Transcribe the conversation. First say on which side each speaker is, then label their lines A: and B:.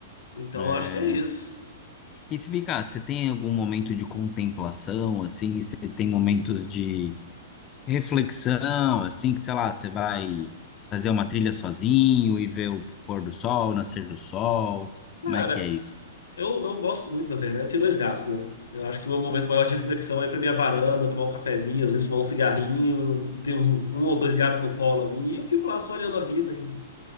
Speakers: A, on the left; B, on the left.
A: Então
B: É,
A: eu acho que é isso.
B: E se ficar, você tem algum momento de contemplação, assim? Você tem momentos de reflexão, assim, que sei lá, você vai fazer uma trilha sozinho e ver o pôr do sol, nascer do sol?
A: Cara,
B: Como é que é isso?
A: Eu, eu gosto muito, na verdade. Eu tenho dois gatos, né? Eu acho que o meu momento maior de reflexão é ir pra minha varanda, tomar um cafezinho, às vezes fumar um cigarrinho. Tenho um um ou dois gatos no colo ali. E eu fico lá só olhando a vida, e